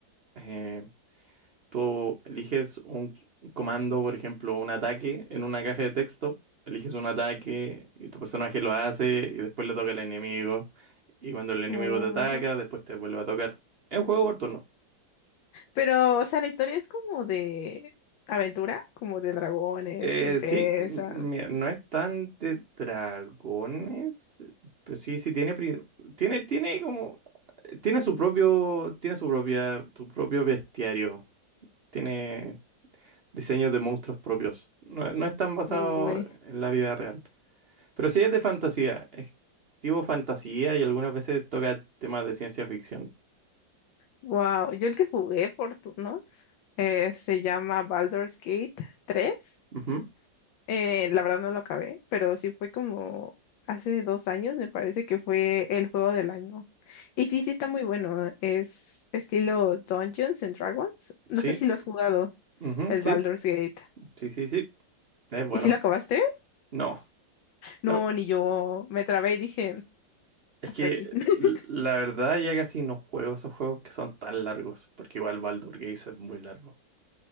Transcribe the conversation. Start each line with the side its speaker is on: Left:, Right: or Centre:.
Right: eh, tú eliges un comando, por ejemplo, un ataque en una caja de texto, eliges un ataque y tu personaje lo hace y después le toca al enemigo y cuando el enemigo
Left: O-
Right: te ataca, después te vuelve a tocar. Es un juego por turno.
Left: Pero, o sea, la historia es como de aventura, como de dragones,
Right: Eh,
Left: princesas.
Right: sí, m- mira, no es tan de dragones, pero sí, sí tiene, pri- tiene, tiene como, tiene su propio, tiene su propia, su propio bestiario. Tiene diseños de monstruos propios. No, no están basados
Left: Uy.
Right: en la vida real. Pero sí es de fantasía. Es tipo fantasía y algunas veces toca temas de ciencia ficción.
Left: Wow, yo el que jugué por turno eh, se llama Baldur's Gate 3.
Right: Ujú,
Left: Eh, la verdad no lo acabé, pero sí fue como hace dos años, me parece que fue el juego del año. Y sí, sí está muy bueno. Es estilo Dungeons and Dragons. No
Right: Sí,
Left: sé si lo has jugado,
Right: ujú,
Left: el
Right: sí,
Left: Baldur's Gate.
Right: sí, sí, sí. Es bueno.
Left: ¿Y si lo acabaste?
Right: No,
Left: No,
Right: no,
Left: ni yo. Me trabé y dije,
Right: es
Left: hasta
Right: que
Left: aquí. <laughs>
Right: l- la verdad ya casi no juego esos juegos que son tan largos. Porque igual Baldur Gate es muy largo.